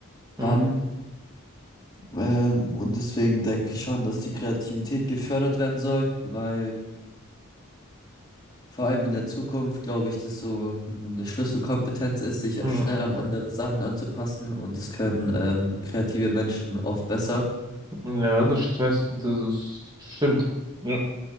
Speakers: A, on the right; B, on the left.
A: Mhm.
B: haben. Ähm, und deswegen denke ich schon, dass die Kreativität gefördert werden soll, weil Vor allem in der Zukunft glaube ich, dass so eine Schlüsselkompetenz ist, sich
A: Mhm.
B: schnell an andere Sachen anzupassen und das können ähm, kreative Menschen oft besser.
A: Mhm. Ja, das Stress, das ist, stimmt. Ja,